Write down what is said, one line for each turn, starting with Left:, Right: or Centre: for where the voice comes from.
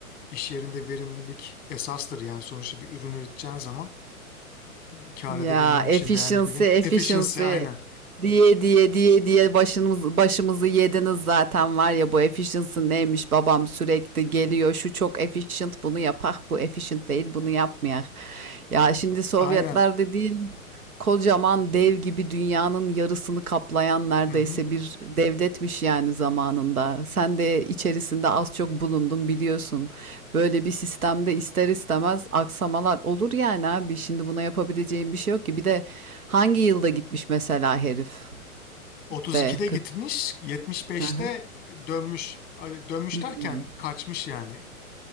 Left: iş yerinde verimlilik esastır. Yani sonuçta bir ürün üreteceğin zaman e, kar
Right: Ya
Left: edebilmen için
Right: efficiency
Left: veya ne bileyim
Right: efficiency
Left: efficiency aynen.
Right: diye diye diye diye başımız, başımızı yediniz zaten var ya bu efficiency neymiş babam sürekli geliyor şu çok efficient bunu yapak bu efficient değil bunu yapmayak. Ya şimdi Sovyetler
Left: Aynen.
Right: dediğin kocaman dev gibi dünyanın yarısını kaplayan neredeyse
Left: Hı hı.
Right: bir devletmiş yani zamanında. Sen de içerisinde az çok bulundun biliyorsun. Böyle bir sistemde ister istemez aksamalar olur yani abi. Şimdi buna yapabileceğim bir şey yok ki. Bir de hangi yılda gitmiş mesela herif
Left: 32'de
Right: de 40.
Left: gitmiş, 75'te
Right: Hı hı.
Left: dönmüş. Ay, Dönmüş
Right: Hmm.
Left: derken kaçmış yani.